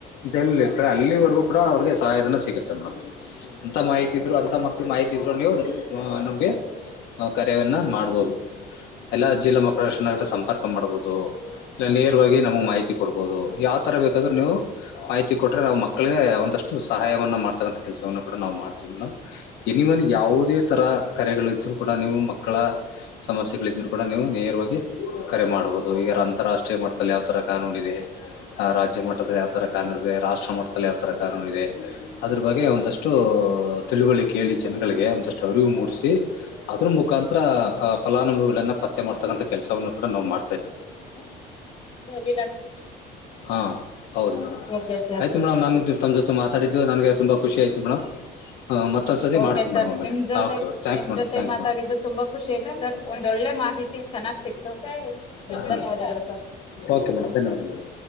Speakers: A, on the left; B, on the left.
A: ಜೈಲಲ್ಲಿ ಇಟ್ಟೆ ಅಲ್ಲಿವರೆಗೂ ಕೂಡ ಅವ್ರಿಗೆ ಸಹಾಯದನ ಸಿಗುತ್ತೆ ಮೇಡಮ್. ಅಂತ ಮಾಹಿತಿ ಇದ್ರು ಅಂತ ಮಕ್ಳು ಮಾಹಿತಿ ಇದ್ರು ನೀವು ನಮ್ಗೆ ಕರೆಯವನ್ನ ಮಾಡ್ಬೋದು ಎಲ್ಲಾಜಿಲ್ಲಾ ಮಕ್ಕಳ ಸಂಗಟ ಸಂಪರ್ಕ ಮಾಡ್ಬೋದು. ಇಲ್ಲ ನೇರ್ವಾಗಿ ನಮ್ಗ್ ಮಾಹಿತಿ ಕೊಡ್ಬೋದು. ಯಾವ್ ತರ ಬೇಕಾದ್ರುನೀವು ಮಾಹಿತಿ ಕೊಟ್ರೆ, ನಾವು ಮಕ್ಕಳಿಗೆ ಒಂದಷ್ಟು ಸಹಾಯಧನವನ್ನ ಮಾಡ್ತಕ್ಕಂತಹ ಕೆಲಸವನ್ನು ಕೂಡ ನಾವ್ ಮಾಡ್ತೀವಿ ಮೇಡಮ್. ಎನಿವನ್ ಯಾವುದೇ ತರ ಕರೆಗಳು ಇದ್ರು ಕೂಡ ನೀವು ಮಕ್ಕಳ ಸಮಸ್ಯೆಗಳಿದ್ದರು ಕೂಡ ನೀವು ನೇರವಾಗಿ ಕರೆ ಮಾಡ್ಬೋದು. ಈಗಾರ ಅಂತಾರಾಷ್ಟ್ರೀಯ ಮಟ್ಟದಲ್ಲಿ ಯಾವ ಥರ ಕಾನೂನಿದೆ. ಆ ರಾಜ್ಯ ಮಟ್ಟದಲ್ಲಿ ಯಾವ್ ತರ ಕಾನೂನು ಇದೆ. ರಾಷ್ಟ್ರ ಮಟ್ಟದಲ್ಲಿ ಯಾವ್ ತರ ಕಾನೂನು ಇದೆ. ಅದ್ರ ಬಗ್ಗೆ ಒಂದಷ್ಟು ತಿಳುವಳಿಕೆ ಕೇಳಿ ಜನಗಳಿಗೆ ಒಂದಷ್ಟು ಅರಿವು ಮೂಡಿಸಿ ಅದ್ರ ಮುಖಾಂತರ ಫಲಾನುಭವಿಗಳಗಳನ್ನು ಪತ್ತೆ ಮಾಡತಕಂತ ಕೆಲಸವನ್ನು ಕೂಡ ನಾವು ಮಾಡ್ತಾ ಇದೀವಿ.
B: ಹ ಗಬಿಲ್ಲಷ್ಟ <inaudible>
A: ಹಾ, ಹೌದು ಮೇಡಮ್
B: ಓಕೆ ಸರ್
A: ಆಯ್ತು ಮೇಡಮ್ ನ ತಮ್ಮ್ ಜೊತೆ ಮಾತ ಡು ನನಗೆ ತುಂಬಾ ಖುಷಿ ಆಯತು ಮೇಡಮ್ ಮತ್ತೊಂದ್ಸತಿ
B: ಓಕೆ
A: ಮಾಡ್ತೀನಿ
B: ಸರ್
A: ಮೇಡಮ್ ಆಮೇಲೆ
B: ನಿಮ್ ಜೊತೆ
A: ಓಕೆ ಮೇಡಮ್, ಥ್ಯಾಂಕ್
B: ನಿಮ್
A: ಯು ಮೇಡಮ್
B: ಜೊತೆ
A: ಥ್ಯಾಂಕ್
B: ಮಾತಾಡಿದು
A: ಯು ಮೇಡಮ್
B: ತುಂಬಾ ಖುಷಿ ಆಯ್ತು ಸರ್ ಒಂದಳ್ಳೆ ಮಾಹಿತಿ ಚೆನ್ನಾಗ್ ಸಿಕ್ತು
A: ಹ್ಞೂ,
B: ಧನ್ಯವಾದಗಳು ಸರ್. -
A: ಓಕೆ ಮೇಡಮ್ ಧನ್ಯವಾದಗಳು.